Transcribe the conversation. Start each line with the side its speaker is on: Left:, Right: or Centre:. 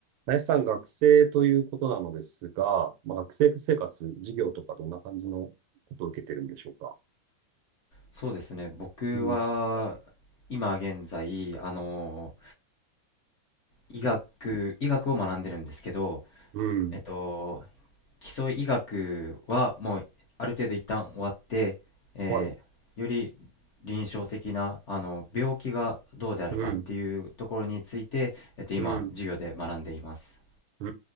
Right: 林さん、学生ということなのですが、まあ、学生生活、授業とかどんな感じのことを受けてるんでしょうか
Left: そうですね。僕は
Right: うん。
Left: 今現在、あの、医学、
Right: うん。
Left: 医学を学んでるんですけど、
Right: うん
Left: えっと、基礎医学はもうある程度一旦終わって、えーより
Right: はい。
Left: 臨床的な、あの、病気がどうであるかっていうところについて、
Right: うん。
Left: えっと、今、
Right: うん。
Left: 授業で学んでいます。
Right: う